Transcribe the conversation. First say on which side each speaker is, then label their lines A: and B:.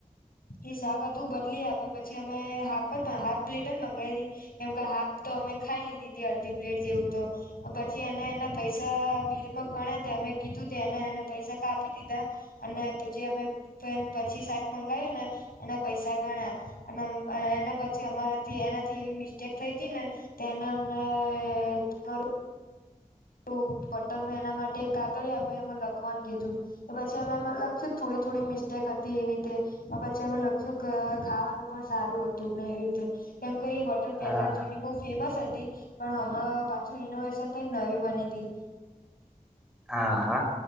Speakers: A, on the left; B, in the centre.
A: એ શાક હતું બદલી આપ્યું પછી અમે હાફ જ હાફ પ્લેટ જ મંગાવી દી કેમ કે હાફ તો અમે ખાઈ લીધી હતી અડધી પ્લેટ જેવું તો પછી એને એના પૈસા બિલમાં ગણા્યા હતા અમે કીધું એને એને પૈસા કા આપી દીધા અને પ જે અમે પછી મંગાવું ને એના પૈસા ગણા અને એના પછી અમારાથી એનાથી એવી મિસ્ટેક થઈ ને તેનામને તમારું તો હોટેલ માં એના માટે કાગળ આપે એમાં લખવાનું કીધું તો પછી અમે એમાં લખશું થોડી થોડી મિસ્ટેક એવી રીતે પછી અ લખ્યું કે ખાવાનું પણ સારું હતું ને એવી રીતે કેમ કઈ હોટલ પેલા
B: હા
A: જૂની બહુ ફેમસ હતી પણ હમણાં પાછું રિનોવેશન થઈ નવી બનીતી
B: હા હા